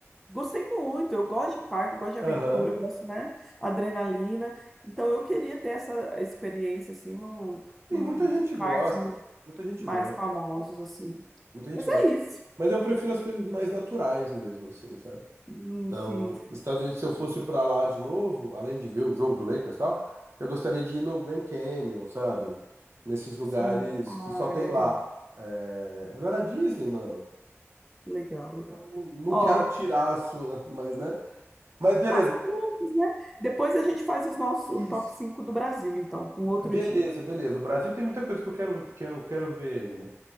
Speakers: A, in the centre; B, on the right (about 60°).
A: Gostei muito, eu gosto de parque, eu gosto de
B: aham.
A: aventura, eu gosto, né, adrenalina. Então eu queria ter essa experiência assim no, nos
B: Sim, muita gente gosta.
A: parques
B: Muita gente
A: mais
B: gosta.
A: famosos assim.
B: Muita gente
A: Mas
B: gosta.
A: é isso.
B: Mas eu prefiro as coisas mais naturais mesmo, assim, sabe?
A: Hum,
B: Então,
A: Sim, sim,
B: nos Estados Unidos, se eu fosse pra lá de novo, além de ver o jogo do Lakers e tal, eu gostaria de ir no Grand Canyon, sabe? Nesses lugares
A: sim. Ah,
B: que só tem
A: legal,
B: lá. É, Agora a Disney, mano,
A: legal, legal.
B: não, não não
A: Ó,
B: quero tirar a sua, mas, né? Mas beleza,
A: ah, são gostos, né? Depois a gente faz os nossos
B: isso.
A: top 5 do Brasil, então, um outro
B: Beleza,
A: dia.
B: beleza. O Brasil tem muita coisa que eu quero, quero, quero ver ainda.